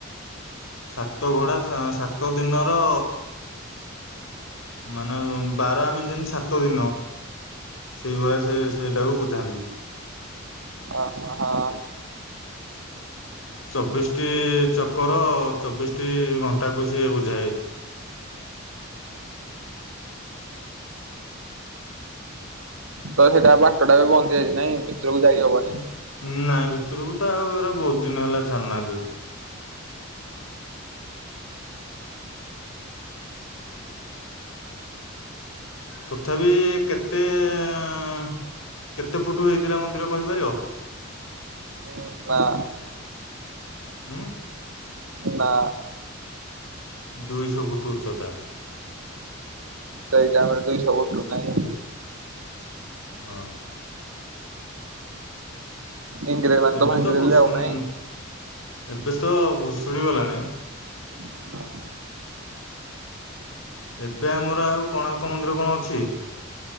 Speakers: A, on the left; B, on the right.
A: ସାତଘୋଡ଼ା ସା ସାତ ଦିନର ମାନେ ବାର ଆମେ ଯେମିତି ସାତ ଦିନ ସେଇଭଳିଆ ସେ ସେଟାକୁ ବୁଝାନ୍ତି।
B: ଅ ହ ହଁ।
A: ଚବିଶଟି ଚକର ଚବିଶଟି ଘଣ୍ଟାକୁ ସିଏ ବୁଝାଏ।
B: ତ ସେଇଟା ବାଟ ଟା ବି ବନ୍ଦ ହେଇଯାଇଚି ନାଇଁ? ଯୋଉ ଯାଇ ହବ।
A: ଉଁ ଉଁ ନାଇଁ ଭିତରକୁ ତ ଆଉ ଏରା ବହୁତ ଦିନ ହେଲା ଛାଡୁ ନାହାନ୍ତି। ତଥାପି କେତେ ଏଁ କେତେ ଫୁଟ ହେଇଥିଲା ମନ୍ଦିର କହିପାରିବ?
B: ଉଁ ନା।
A: ଉଁ?
B: ନା।
A: ଦୁଇଶ ଫୁଟୁ ଉଚ୍ଚତା।
B: ସେଇ ଟାଇମ ରେ ଦୁଇଶ ପୁଟୁ ନାଇଁ?
A: ହଁ।
B: ଇଂରେଜ ମାନେ
A: ଏବେ
B: ଭାଙ୍ଗିଦେଲେ
A: ତ ଭୂଷୁନ୍
B: ଆଉ ନାଇଁ।
A: ଏବେ ତ ଭୁଷୁଡି ଗଲାଣି
B: ହୁଁ
A: ଏବେ ଆମର ଆଉ କୋଣାର୍କ ମନ୍ଦିର କଣ ଅଛି।